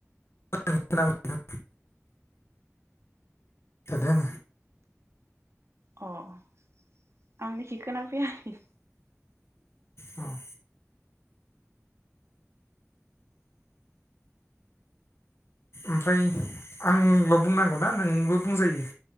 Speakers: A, on the left; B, on the right.
A: ओं खोनाबाय नोंथां थादों आङो
B: अह आंनिखि खोना फैयाखै?
A: आङो अ ओमफ्राय आंल' बुंनांगौ ना नोंबो बुंजायो?